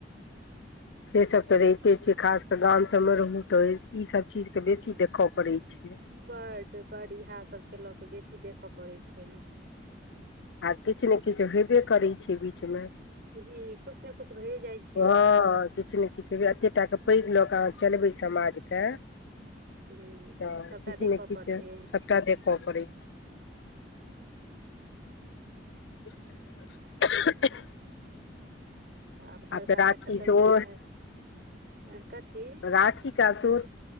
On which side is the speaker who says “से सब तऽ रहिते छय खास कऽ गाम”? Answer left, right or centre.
Left